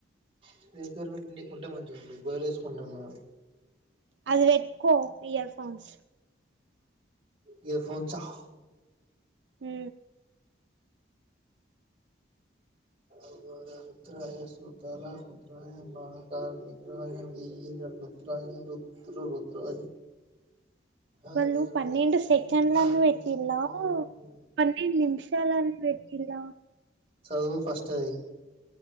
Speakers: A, on the right (about 30°); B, on the right (about 70°).
A: స్పీకర్ పెట్టనికి ఉంటే మంచిగుండు గోలిలేసుకుంటన్న
B: అది పెట్కో ఇయర్ ఫోన్స్
A: ఇయర్ ఫోన్స్ హ
B: మ్
A: అగోర రుద్రాయ సుతల రుద్రాయ పాతాళ రుద్రాయ వీర రుద్ర య రుద్ర రుద్రాయ అగరు
B: వాళ్ళు పన్నెండు
A: రుద్రాయ
B: సెకండ్ని
A: వీర
B: పెట్టిల్ల
A: రుద్రాయ
B: పన్నెండు నిమిషాలన్ పెట్ టిల్లా
A: సదువు ఫస్ట్ అది